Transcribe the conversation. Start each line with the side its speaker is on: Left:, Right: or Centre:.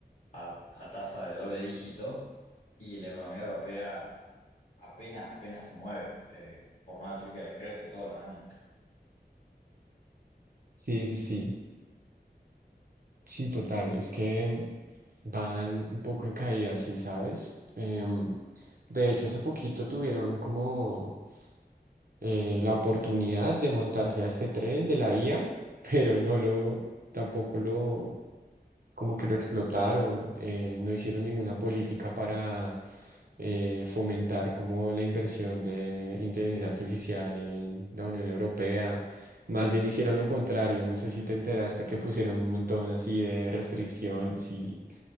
Left: a, a tasa de doble dígito y la economía europea apenas, apenas se mueve, eh, por no decir que decrece todos los años.
Right: Sí, sí, sí, sí, total. Es que van un poco en caída, sí, ¿sabes? Em, de hecho, hace poquito tuvieron como eh, la oportunidad de montarse a este tren de la IA, <laughs> pero no lo, tampoco lo, como que lo explotaron, eh, no hicieron ninguna política para eh, fomentar como la inversión de inteligencia artificial en la Unión Europea. Más bien hicieron lo contrario, no sé si te enteraste que pusieron un montón así de restricciones y